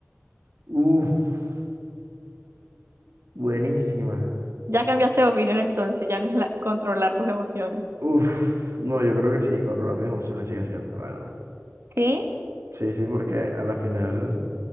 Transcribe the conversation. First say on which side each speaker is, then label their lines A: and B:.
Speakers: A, on the right; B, on the right.
A: Uf, buenísima.
B: Ya cambiaste de opinión entonces, ya no es la- controlar tus emociones.
A: Uf, no, yo creo que sí, controlar mis emociones sigue siendo, la verdad.
B: ¿Sí?
A: Sí, sí, porque a la final